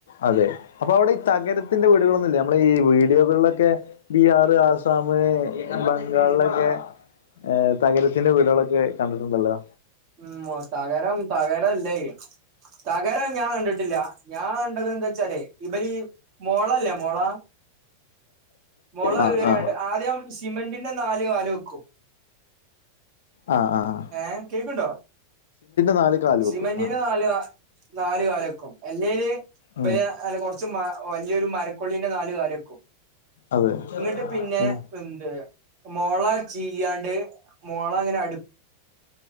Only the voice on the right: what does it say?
ഉം മൊ തകരം തകരല്ലേ തകരം ഞാൻ കണ്ടിട്ടില്ല ഞാൻ കണ്ടത് എന്താ ചാല് ഇവലീ മോളല്ലേ മൊള മൊള
കീറ്യാണ്ട്
ആദ്യം സിമെന്റിന്റെ നാല് കാല് വെക്കും
ഏഹ് കേക്ണ്ടോ
സിമെന്റിന്റെ
നാല് നാലുകാലക്കും എല്ലേല്
ബെല് അല കൊർ ച്ചുമ്മാ വല്ല്യോരു മരക്കൊള്ളിന്റെ നാല് കാലക്കും
ഇങ്ങിട്ട് പിന്നെ
എന്ത് മോള ചിയ്യാണ്ട് മോള ങ്ങനെ അടു